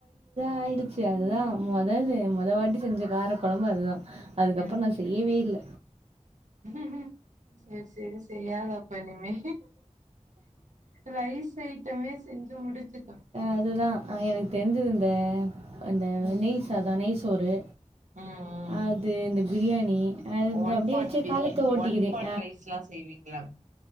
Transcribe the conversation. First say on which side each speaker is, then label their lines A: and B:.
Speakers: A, on the right; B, on the right.
A: ஆய்டுச்சு அதுதா மொதது மொத வாட்டி செஞ்ச கார கொழம்பு அதுதா அதுகப்றோ
B: ம்
A: நா செய்யவே இல்ல
B: ம் சேர் சேரி செய்யாத அப்ப இனிமே ரைஸ் ஐட்டமே செஞ்சு முடுச்சுக்கோ
A: அதுதான் எனக்கு தெரிஞ்சது இந்த அந்த
B: ம்
A: நெய் சாதம் நெய் சோறு
B: ம் ம்
A: அது இந்த பிரியாணி அது அப்படி
B: ஒன்
A: அப்படியே
B: பாட்
A: வச்சு
B: பிரிய
A: காலத்தை ஓட்டிக்கிறேன்
B: ஒன் பாட் ட்ரைஸ்லா செய்வீங்ளா